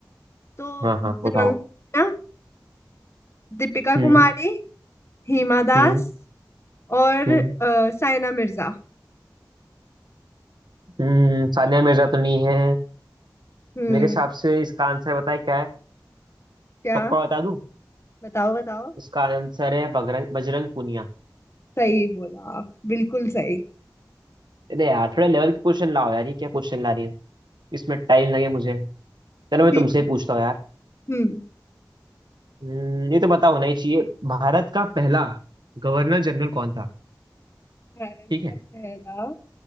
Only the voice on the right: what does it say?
हाँ हाँ
बताओ
हम्म
हम्म
हम्म
हम्म सानिया मिर्जा तो नहीं है
मेरे हिसाब से इसका आंसर बताए क्या है
पक्का बता दूं
इसका आंसर है बगरंग बजरंग पूनिया
अरे यार थोड़ा लेवल के क्वेश्चन लाओ यार ये क्या क्वेश्चन ला रही हो इसमें टाइम लगे मुझे चलो मैं
तुमसे
ही पूछता हूँ यार
हम्म, ये तो पता होना ही चाहिए भारत का पहला गवर्नर जनरल कौन था
ठीक
है